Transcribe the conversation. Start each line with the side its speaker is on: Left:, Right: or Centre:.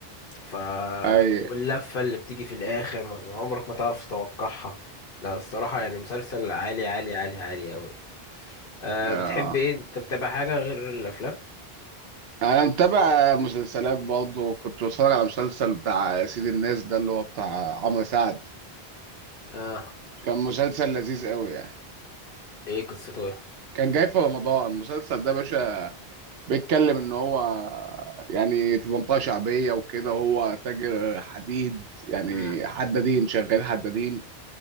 Left: ف
Right: اي
Left: واللفة اللي بتيجي في الآخر ما يعني عمرك ما تعرف تتوقعها لا الصراحة يعني مسلسل عالي عالي عالي عالي أوي أه
Right: آه.
Left: بتحب إيه أنت متابع حاجة غير الأفلام؟
Right: انا متابع مسلسلات برضه كنت بتفرج على مسلسل بتاع سيد الناس ده اللي هو بتاع عمرو سعد
Left: أه
Right: كان مسلسل لذيذ قوي يعني
Left: إيه قصته إيه؟
Right: كان جاي في رمضان المسلسل ده يا باشا بيتكلم ان هو يعني في منطقة شعبية وكده هو تاجر حديد يعني
Left: مم.
Right: حدادين شغال حدادين